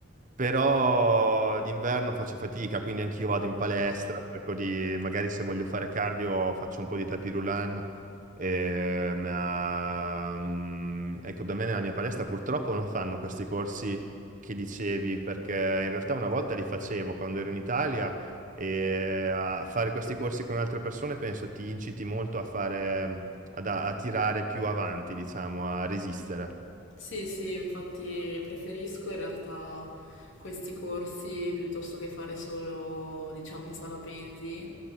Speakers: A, on the right; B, on the left.
A: però d'inverno faccio fatica, quindi anch'io vado in palestra, cerco di, magari se voglio fare cardio faccio un po' di tapis roulant. Eh, ma, mm, ecco, da me nella mia palestra purtroppo non fanno questi corsi che dicevi, perché in realtà una volta li facevo quando ero in Italia e a fare questi corsi con altre persone penso ti inciti molto a fare, ad- a tirare più avanti, diciamo, a resistere.
B: Sì, sì, infatti preferisco in realtà questi corsi piuttosto che fare solo, diciamo, sala pesi.